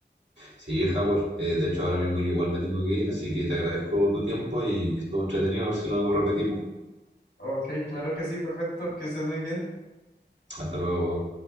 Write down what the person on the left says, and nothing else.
Ok, claro que sí, perfecto, que estés muy bien.